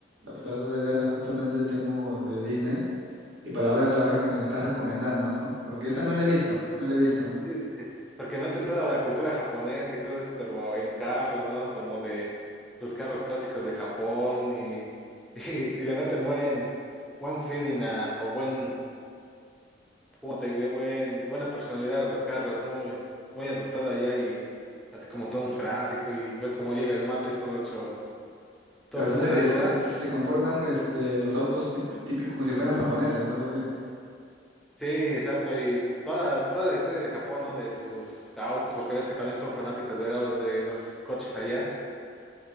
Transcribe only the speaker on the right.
A tratar de verla justamente tengo de Disney y para verla ahora que me la estás recomendando, ¿no? Porque esa no la he visto, no la he visto, ¿no?
entonces
eh,
se, se comportan este, los autos típicos como si fueran japoneses, algo así,